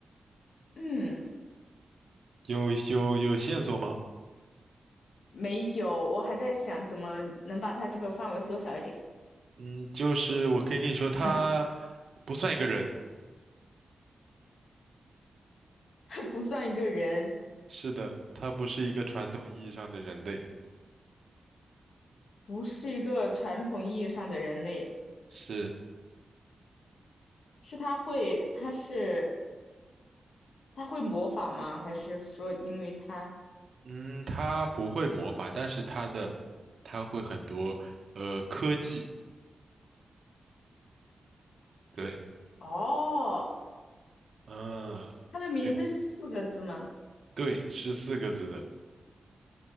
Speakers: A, on the left; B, on the right.
A: 嗯，
B: 有有有线索吗？
A: 没有，我还在想怎么能把他这个范围缩小一点。
B: 嗯，就是我可以跟你说，他
A: 嗯，
B: 不算一个人，
A: 他不算一个人，
B: 是的，他不是一个传统意义上的人类，
A: 不是一个传统意义上的人类。
B: 是，
A: 是他会，他是他会模仿吗？还是说因为他？
B: 嗯，他不会魔法，但是他的他会很多呃科技，对，
A: 哦，
B: 嗯，
A: 他的名字是四个字吗？
B: 对，对，是四个字的，